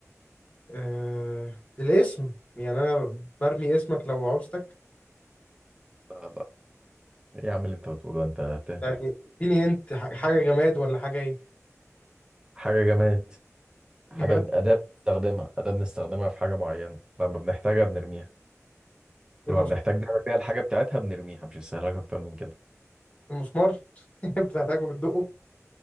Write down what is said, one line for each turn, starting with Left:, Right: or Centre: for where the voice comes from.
Left: آه الاسم يعني أنا برمي اسمك لو عوزتك
Right: لا لا ايه يا عم اللي انت بتقوله ده؟ انت بتهبد
Left: يعني اديني انت حاجة جماد ولا حاجة ايه
Right: حاجة جماد حاجه
Left: جماعة
Right: أداة بنستخدمها أداة بنستخدمها في حاجة معينة لما بنحتاجها بنرميها
Left: المس...
Right: لما بنحتاج نعمل بيها الحاجة بتاعتها بنرميها مش هسهلك أكتر من كده
Left: المسمار <laughs> بتحتاجه بتدقه